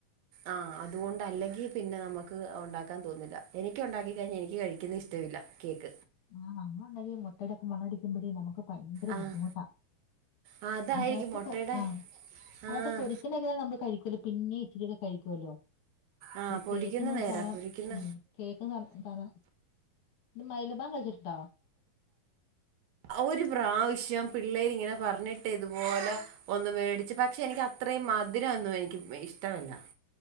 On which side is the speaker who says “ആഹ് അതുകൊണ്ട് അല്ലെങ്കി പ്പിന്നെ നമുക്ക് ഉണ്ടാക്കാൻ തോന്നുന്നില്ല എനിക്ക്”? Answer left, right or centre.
Right